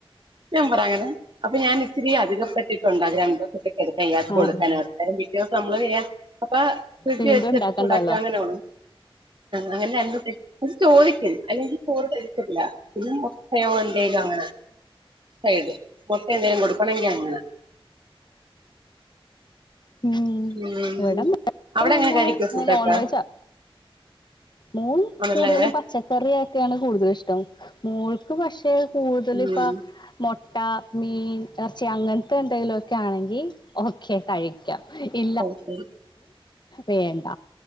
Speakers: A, on the right; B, on the left.
A: ഞാൻ പറയാ അങ്ങനെ അപ്പൊ ഞാൻ ഇത്തിരി അധികം <unintelligible> <unintelligible>
B: ആഹ്
A: അപ്പ ഫ്രിഡജി
B: വീണ്ടും
A: വെച്ചിട്ട്
B: ഉണ്ടാക്കണ്ടല്ലോ
A: ചൂടാക്കി അങ്ങനെയ ഉള്ളു അങ്ങനെ <unintelligible> ചോദിക്കും അല്ലെകില്ലേ ചോറെ കഴിക്കത്തില്ല പിന്നെ മൊട്ടയോ എന്തെങ്കിലും അങ്ങനെ <unintelligible> മൊട്ട എന്തേലും കൊടുക്കണമെങ്കിൽ അങ്ങനെ
B: ഉം
A: ഉം
B: ഇവിടെ <unintelligible>
A: അവിടെ
B: പിന്നെ
A: എങ്ങനെ കഴിക്കോ ഫുഡൊക്കെ
B: നോൺവെജാ മോൻ
A: ആണല്ലേ
B: കൂടുതലും പച്ചക്കറിയൊക്കെയാണ് കൂടുതലും ഇഷ്ടം മോൾക്ക് പക്ഷെ കൂടുതൽ
A: ഉം
B: ഇപ്പൊ മൊ മുട്ട മീൻ ഇറച്ചി അങ്ങനത്തെ എന്തെങ്കിലൊക്കെ ആണെങ്കിൽ ഓക്കെ കഴി ഇല്ലാന്ന്ണ്ടെങ്കിൽ
A: ഓക്കെ
B: വേണ്ട